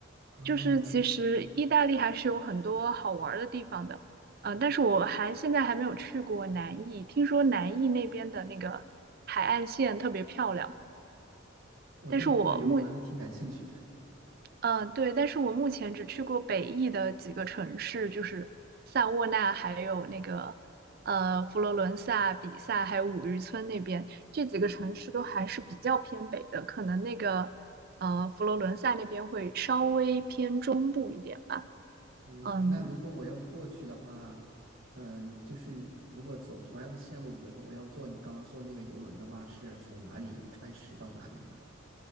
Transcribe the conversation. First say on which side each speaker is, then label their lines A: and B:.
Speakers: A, on the right; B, on the right.
A: 啊，
B: 就是其实意大利还是有很多好玩儿的地方的，呃，但是我还现在还没有去过南意，听说南意那边的那个海岸线特别漂亮，
A: 我对坐游轮还挺感兴趣的。
B: 但是我目嗯，对，但是我目前只去过北意的几个城市，就是萨沃纳，还有那个呃佛罗伦萨、比萨，还有五渔村那边，这几个城市都还是比较偏北的，可能那个呃佛罗伦萨那边会稍微偏中部一点吧。
A: 嗯，
B: 嗯，
A: 那如果我要过去的话，嗯，就是如果走同样的线路，比如说我要坐你刚刚说那个游轮的话，是从哪里开始到哪里呢？